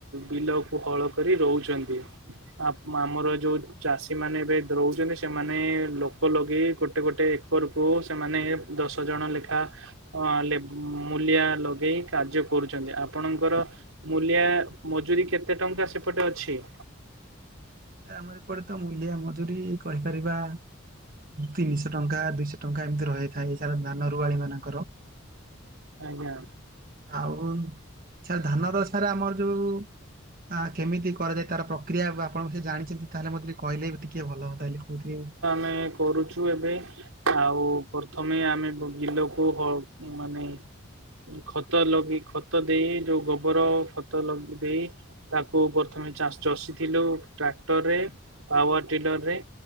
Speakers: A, on the right; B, on the right.
A: ବିଲକୁ ହଳ କରି ରୋଉଛନ୍ତି। ଆପ୍ ଆମର ଯୋଉ ଚାଷୀ ମାନେ ଏବେ ରହୁଛନ୍ତି, ସେମାନେ ଲୋକ ଲଗେଇ ଗୋଟେ ଗୋଟେ ଉପରକୁ ସେମାନେ ଦଶ ଜଣ ଲେଖା ହଁ ଲେବ ମୂଲିଆ ଲଗେଇ କାର୍ଯ୍ୟ କରୁଛନ୍ତି, ଆ ପଣଙ୍କର ମୂଲିଆ ମଜୁରୀ କେତେ ଟଙ୍କା ସେପଟେ ଅଛି?
B: ଆମର ଏପଟେ ତ ମୂଲିଆ ମଜୁୁରୀ କହିପାରିବା ତିନିଶହ ଟଙ୍କା ଦୁଇଶହ ଟଙ୍କା ଏମିତି ରହିଥାଏ। ସେଇ ଧାନ ରୁଆଳିୀ ମାନଙ୍କର।
A: ଆଜ୍ଞା।
B: ଆଉ ସାର୍ ଧାନର ସାରେ ଆମର ଯୋଉ, କେମିତି କରାଯାଏ ତାର ପ୍ର କ୍ରିୟା ଆପଣ ସେ ଜାଣିଛନ୍ତି ତାହେଲେ ମତେ ଟିକେ କହିଲେ ବି ଟିକେ ଭଲବ ତାହେଲେ କହୁଥିଲି।
A: ନାଇଁ କରୁଚୁ ଏବେ ଆଉ ପ୍ରଥମେ ଆମେ ବିଲକୁ ହ ମାନେ ଖତ ଲଗି ଖତ ଦେଇ ଯୋଉ ଗୋବର ଖତ ଲଗ ଦେଇ ତାକୁ ପ୍ରଥମେ ଚାସ୍ ଚଷିଥିଲୁ ଟ୍ରାକ୍ଟରରେ ପାୱାର ଟିଲରରେ।